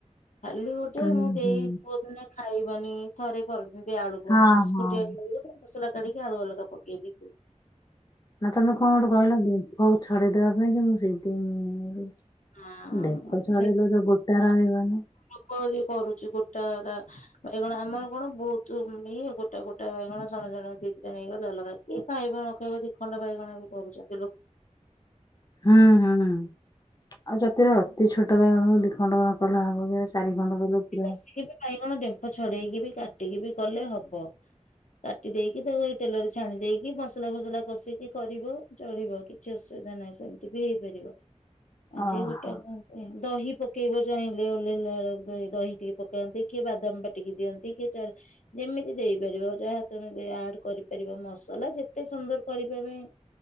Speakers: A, on the left (about 80°); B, on the left (about 30°).
A: ଖାଲି ଗୋ
B: ହୁଁ
A: ଟେ ମୁଁ ଦେଇ
B: ହୁଁ
A: ପୁଅ ଥିନେ ଖାଇବନି ଥରେ କରିଦେବି ଆଳୁକୁ
B: ହଁ
A: ସ
B: ହଁ
A: ଫୁଟି <unintelligible> ମସଲା କାଢିକି ଆଳୁ ଅଲଗା ପକେଇ ଦେବି।
B: ନା ତମେ କଣ ଗୋଟେ କହିଲ ଡ଼େମ୍ପକୁ ଛଡେଇ ଦବା ପାଇଁ କି ମୁଁ ସେମିତି।
A: ହଁ
B: ତେମ୍ପ ଛଡେଇବ ତ ଗୋଟା ରହିବିନି।
A: କରି କରୁଛି ଗୋଟା ଟା। ବାଇଗଣ ଆମର କଣ ବହୁତୁ ଉଁ ଇଏ ଗୋଟା ଗୋଟା ବାଇଗଣ ଜଣେ ଜଣେ ଦି ଦିଟା ନେଇଗଲେ ଅଲଗା। କିଏ ଖାଇବ ନ ଖାଇବ ଦି ଖଣ୍ଡ ବାଇଗଣ ବି କରୁଛନ୍ତି ଲୋ
B: ହୁଁ, ହୁଁ, ହୁଁ। <unintelligible> ତୋଲା ହେବ ବୋଲେ, ଚାରି ଖଣ୍ଡ ବଇଲେ ପୁରା।
A: କଷିକି ବି ବାଇଗଣ ଡେମ୍ଫ ଛଡେଇକି, ବି କାଟିକି ବି କଲେ ହବ। କାଟି ଦେଇକି, ତାକୁ ଏଇ ତେଲରେ ଛାଣି ଦେଇକି, ମସଲା ଫସଲା କଷିକି କରିବ। ଚଳିବ, କିଛି ଅସୁବିଧା ନାହିଁ। ସେମିତି ବି ହେଇପାରିବ। ଆଗେ
B: ଓହୋ
A: ଗୋଟା କ <unintelligible> ଦହି ପକେଇବ ଯାଇଁ। ଟିକେ ଓହ୍ଲେଇଲା ବେଳକୁ, ଦହି ଟିକେ ପକାନ୍ତି, କିଏ ବାଦାମ ବାଟିକି ଦିଅନ୍ତି, କିଏ ଚା ଯେମିତି ଦେଇପାରିବ, ଯାହା ତମେ ଆଡ କରିପାରିବ, ମସଲା ଯେତେ ସୁନ୍ଦର କରିବା ପାଇଁ।